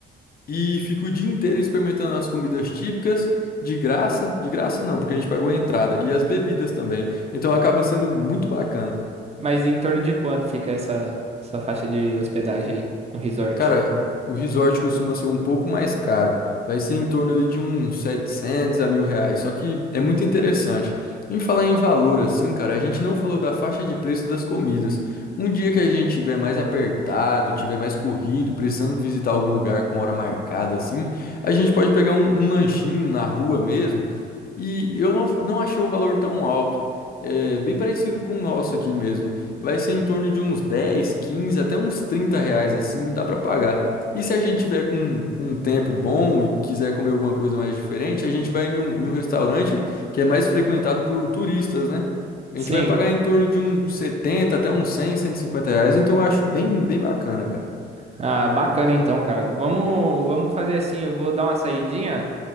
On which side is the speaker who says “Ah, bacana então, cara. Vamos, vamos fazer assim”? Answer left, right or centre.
Right